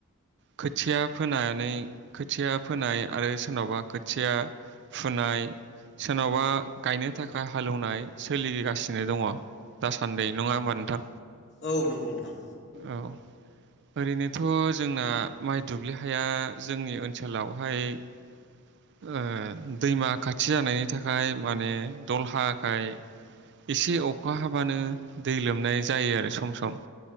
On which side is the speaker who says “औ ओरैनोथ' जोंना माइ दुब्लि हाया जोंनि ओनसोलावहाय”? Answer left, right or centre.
Right